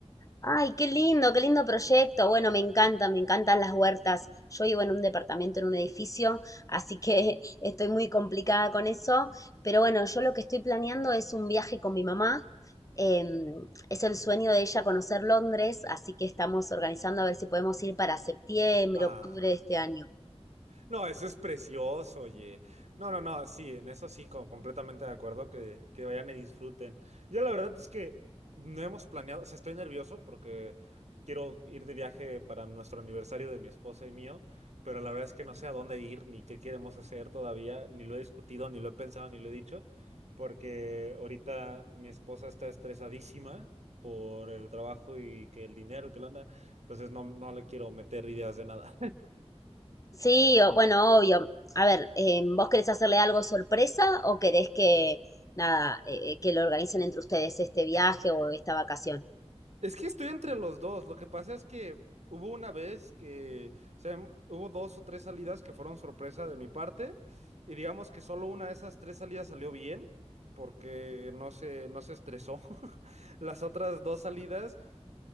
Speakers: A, on the left (about 30°); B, on the right (about 85°).
A: Ay, qué lindo, qué lindo proyecto. Bueno, me encanta, me encantan las huertas. Yo vivo en un departamento, en un edificio, así que <laughs> estoy muy complicada con eso. Pero bueno, yo lo que estoy planeando es un viaje con mi mamá. Em, es el sueño de ella conocer Londres, así que estamos organizando a ver si podemos ir para septiembre,
B: Ah.
A: octubre de este año.
B: No, eso es precioso, oye. No, no, no, sí, en eso sí, con- completamente de acuerdo que, que vayan y disfruten. Yo la verdad es que no hemos planeado, o sea, estoy nervioso porque quiero ir de viaje para nuestro aniversario de mi esposa y mío, pero la verdad es que no sé a dónde ir ni qué queremos hacer todavía, ni lo he discutido, ni lo he pensado, ni lo he dicho, porque ahorita mi esposa está estresadísima por el trabajo y que el dinero y que la anda, entonces no, no le quiero meter ideas de nada.
A: Sí, o- bueno, obvio. A ver, eh, ¿vos querés hacerle algo sorpresa o querés que, nada, eh, eh, que lo organicen entre ustedes este viaje o esta vacación?
B: Es que estoy entre los dos. Lo que pasa es que hubo una vez que, o sea, m- hubo dos o tres salidas que fueron sorpresa de mi parte. Y digamos que solo una de esas tres salidas salió bien, porque no se, no se estresó. <laughs> Las otras dos salidas,